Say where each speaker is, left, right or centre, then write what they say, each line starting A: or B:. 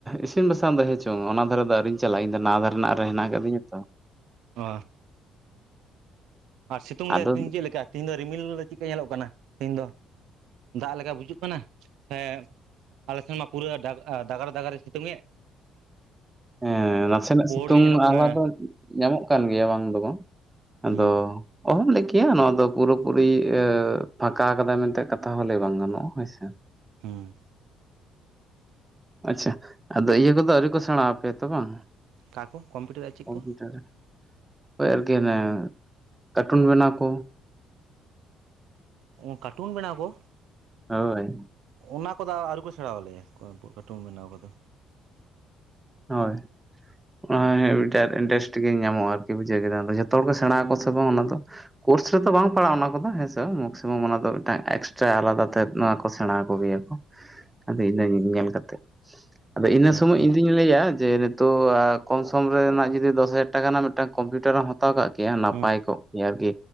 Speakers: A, on the right (about 20°); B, on the right (about 75°).
A: ᱤᱥᱤᱱ ᱵᱟᱥᱟᱝ ᱫᱚ ᱦᱮᱸᱪᱚᱝ ᱚᱱᱟ ᱫᱷᱟᱨᱮ ᱫᱚ ᱟᱹᱣᱨᱤᱧ ᱪᱟᱞᱟᱜ-ᱟ᱾ ᱤᱧ ᱫᱚ ᱱᱟᱣᱟ ᱫᱷᱟᱨᱮ ᱱᱟᱜ ᱦᱮᱱᱟᱜ ᱠᱟᱫᱤᱧᱟ ᱛᱚ᱾
B: ᱚ᱾ ᱟᱨ ᱥᱤᱛᱩᱝ
A: ᱟᱫᱚ
B: ᱨᱮ ᱛᱮᱦᱤᱧ ᱪᱮᱫ ᱞᱮᱠᱟ ᱛᱮᱦᱤᱧ ᱫᱚ ᱨᱤᱢᱤᱞ ᱫᱚ ᱪᱮᱫ ᱠᱟ ᱧᱮᱞᱚᱜ ᱠᱟᱱᱟ ᱛᱤᱦᱤᱧ ᱫᱚ᱾ ᱫᱟᱜ ᱞᱮᱠᱟ ᱵᱩᱡᱩᱜ ᱠᱟᱱᱟ᱾ ᱥᱮ ᱟᱞᱮ ᱥᱮᱱ ᱢᱟ ᱯᱩᱨᱟᱹ ᱫᱟᱜᱟᱲ ᱫᱟᱜᱟᱨᱮ ᱥᱤᱛᱩᱝ ᱮᱫ-ᱟ᱾
A: ᱦᱮᱸ ᱱᱟᱥᱮᱱᱟᱜ
B: ᱯᱩᱲ
A: ᱥᱤᱛᱩᱝ
B: ᱜᱮ ᱧᱮᱞᱚᱜ ᱠᱟᱱᱟ
A: ᱟᱦᱞᱟ ᱫᱚ ᱧᱟᱢᱚᱜ ᱠᱟᱱ ᱜᱮᱭᱟ ᱵᱟᱝ ᱫᱚ ᱵᱟᱝ᱾ ᱟᱫᱚ
B: ᱦᱩᱸ
A: ᱚᱦᱚᱢ ᱞᱟᱹᱭ ᱠᱮᱭᱟ ᱱᱚᱣᱟ ᱫᱚ ᱯᱩᱨᱟᱹ ᱯᱩᱨᱤ ᱮᱻ ᱯᱷᱟᱸᱠᱟ ᱠᱟᱫᱟᱭ ᱢᱮᱱᱛᱮ ᱠᱟᱛᱷᱟ ᱦᱚᱸ ᱞᱟᱹᱭ ᱵᱟᱝ ᱜᱟᱱᱚᱜ-ᱟ ᱦᱳᱭ ᱥᱮ᱾
B: ᱦᱩᱸ᱾
A: ᱟᱪᱪᱷᱟ, ᱟᱫᱚ ᱤᱭᱟᱹ ᱠᱚᱫᱚ ᱟᱹᱣᱨᱤ ᱠᱚ ᱥᱮᱬᱟ ᱟᱯᱮᱭᱟ ᱛᱚ ᱵᱟᱝ?
B: ᱚᱠᱟ ᱠᱚ ᱠᱚᱢᱯᱤᱭᱩᱴᱟᱨ ᱟᱨ ᱪᱮᱫ
A: ᱠᱚᱢᱯᱤᱭᱩᱴᱟᱨ᱾
B: ᱠᱚ
A: ᱦᱳᱭ ᱟᱹᱨᱠᱤ ᱚᱱᱟᱻ ᱠᱟᱴᱩᱱ ᱵᱮᱱᱟᱣ ᱠᱚ?
B: ᱚ ᱠᱟᱴᱩᱱ ᱵᱮᱱᱟᱣ ᱠᱚ?
A: ᱦᱳᱭ᱾
B: ᱚᱱᱟ ᱠᱚᱫᱚ ᱟᱹᱣᱨᱤ ᱠᱚ ᱥᱮᱱᱟᱣ ᱟᱞᱮᱭᱟ, ᱠᱟᱴᱩᱢ ᱵᱮᱱᱟᱣ ᱠᱚᱫᱚ᱾
A: ᱦᱳᱭ᱾ ᱚᱱᱟ ᱢᱤᱫᱴᱮᱱ ᱤᱱᱴᱟᱨᱮᱥᱴ ᱜᱮ ᱧᱟᱢᱚᱜ-ᱟ ᱟᱹᱨᱠᱤ ᱵᱩᱡᱷᱟᱹᱣ ᱠᱮᱫᱟᱢ, ᱟᱫᱚ ᱡᱷᱚᱛᱚ ᱦᱚᱲ ᱠᱚ ᱥᱮᱲᱟ ᱟᱠᱚ ᱥᱮ ᱵᱟᱝ ᱚᱱᱟ ᱫᱚ᱾ ᱠᱳᱨᱥ ᱨᱮᱛᱚ ᱵᱟᱝ ᱯᱟᱲᱟᱜ-ᱟ ᱚᱱᱟ ᱠᱚᱫᱚ ᱦᱮᱸᱥᱮ ᱢᱮᱠᱥᱤᱢᱟᱢ ᱚᱱᱟ ᱫᱚ ᱢᱤᱫᱴᱟᱝ ᱮᱠᱥᱴᱨᱟ ᱟᱞᱟᱫᱟ ᱛᱮ ᱱᱚᱣᱟ ᱠᱚ ᱥᱮᱲᱟᱣᱟ ᱠᱚ ᱜᱮᱭᱟ ᱠᱚ᱾ ᱟᱫᱚ ᱤᱱᱟᱹ ᱧᱮᱞ ᱠᱟᱛᱮᱜ, ᱟᱫᱚ ᱤᱱᱟᱹ ᱥᱚᱢᱚᱭ
B: ᱟᱪᱪᱷᱟ
A: ᱤᱧ ᱞᱟᱹᱭᱟ ᱡᱮ ᱱᱤᱛᱚᱜ ᱠᱚᱢ ᱥᱚᱢ ᱨᱮᱱᱟᱜ ᱡᱩᱫᱤ ᱫᱚᱥ ᱦᱟᱡᱟᱨ ᱴᱟᱠᱟ ᱨᱮᱱᱟᱜ ᱢᱤᱫ ᱴᱟᱝ ᱠᱚᱢᱯᱤᱭᱩᱴᱟᱨᱮᱢ ᱦᱟᱛᱟᱣ ᱠᱟᱜ ᱠᱮᱭᱟ, ᱱᱟᱯᱟᱭ
B: ᱦᱩᱸ
A: ᱠᱚᱜ ᱜᱮ ᱟᱹᱨᱠᱤ᱾